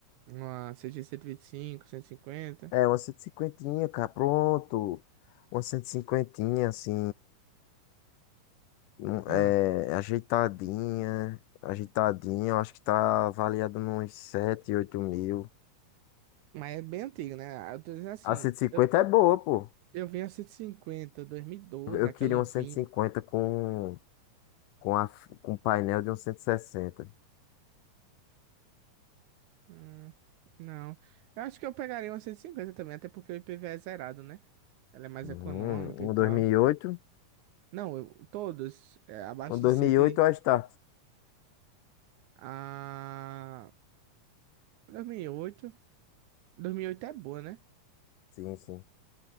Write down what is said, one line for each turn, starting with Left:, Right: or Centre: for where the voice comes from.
Right: Uma CG e vinte e cinco, cento e cinquenta
Left: É, uma 150, cara, pronto. Uma 150, assim. Não-
Right: Ah,
Left: É, é ajeitadinha, ajeitadinha, eu acho que tá avaliada nos 7, 8 mil.
Right: mas é bem antigo né? Eu tô dizendo assim,
Left: A cento e cinquenta
Right: eu
Left: é boa, pô.
Right: Eu vi a 150, doze,
Left: Eu eu
Right: aquela
Left: queria um
Right: vinho.
Left: cento e cinquenta com, com, a, com painel de um 160.
Right: Hum, não. Eu acho que eu pegaria uma 150 também, até porque o IPVA é zerado, né? Ela é mais
Left: Uhum,
Right: econômica e
Left: um
Right: tal.
Left: dois mil e oito,
Right: Não, eu, todos, é, abaixo
Left: um 2008
Right: de 100. e-
Left: é a Start.
Right: A dois mil e oito dois mil e oito é boa, né?
Left: Sim, sim,